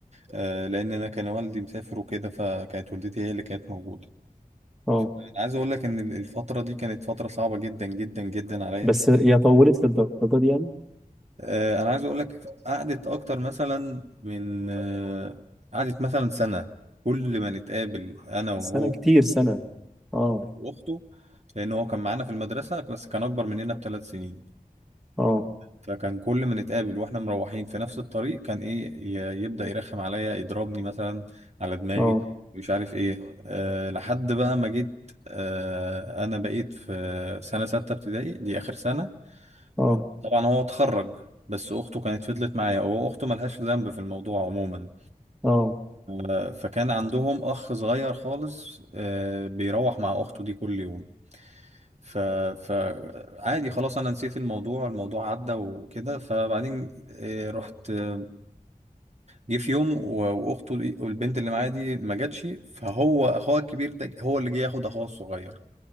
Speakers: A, on the right; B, in the centre.
A: آه، لان انا كان والدي مسافر وكده فكانت والدتي هي اللي كانت موجوده
B: اه
A: انا عايز اقول لك ان ال- الفتره دي كانت فتره صعبه جدا جدا جدا عليا
B: بس هي طولت للدرجه دي يعني
A: آه، انا عايز اقول لك قعدت اكتر مثلا من آه، قعدت مثلا سنه كل ما نتقابل انا وهو
B: سنه كتير سنه اه
A: واخته لان هو كان معانا في المدرسه بس كان اكبر مننا بثلاث سنين
B: اه
A: فكان كل ما نتقابل واحنا مروحين في نفس الطريق كان ايه ي- يبدا يرخم عليا يضربني مثلا على دماغي
B: اه
A: مش عارف ايه أه لحد بقى ما جيت أه انا بقيت في سنه سته ابتدائي دي اخر سنه
B: اه
A: طبعا هو اتخرج بس اخته كانت فضلت معايا هو اخته ملهاش ذنب في الموضوع عموما
B: اه
A: أه فكان عندهم اخ صغير خالص أه بيروح مع اخته دي كل يوم ف فعادي خلاص انا نسيت الموضوع الموضوع عدى وكده فبعدين آه، رحت آه، جه في يوم و- واخته دي- والبنت اللي معايا دي ما جاتش فهو اخوها الكبير ده هو اللي جه ياخد اخوها الصغير